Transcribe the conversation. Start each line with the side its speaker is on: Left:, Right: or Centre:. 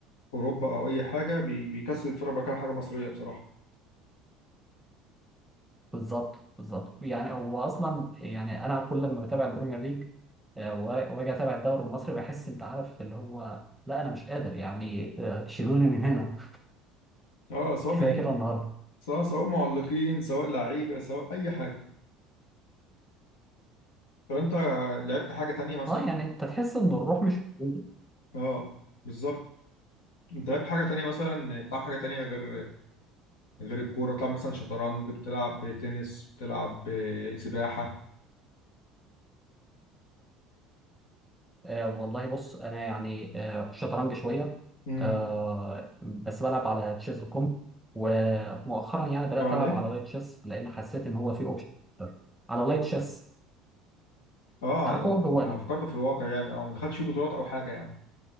Left: اوروبا او اي حاجه بي- بيكسر يتفرج بقى على حاجه مصريه بصراحه
Centre: بالظبط بالظبط يعني هو اصلا يعني انا كل لما بتابع البريمير ليج آه، و- واجي اتابع الدوري المصري بحس انت عارف اللي هو لا انا مش قادر يعني آه، شيلوني من هنا
Left: اه سواء
Centre: كفايه كده النهارده
Left: <laughs> سواء سواء معلقين سواء لعيبه سواء اي حاجه طب انت لعبت حاجه تانية مثلا
Centre: اه يعني انت تحس ان الروح مش موجوده
Left: اه بالظبط انت لعبت حاجه تانية مثلا بتلعب حاجه تانية غير غير الكوره بتلعب مثلا شطرنج بتلعب تنس بتلعب إيه، سباحه
Centre: آه والله بص انا يعني آه شطرنج شويه
Left: امم
Centre: آه بس بلعب على تشيز دوت كوم ومؤخرا يعني بدات
Left: طب على
Centre: العب
Left: ايه
Centre: على لايت تشيس لان حسيت ان هو في اوبشن على لايت تشيس
Left: اه
Centre: عارفه
Left: على
Centre: هو
Left: أنا فكرته في الواقع يعني اه ما دخلتش فيه بطولات او حاجه يعني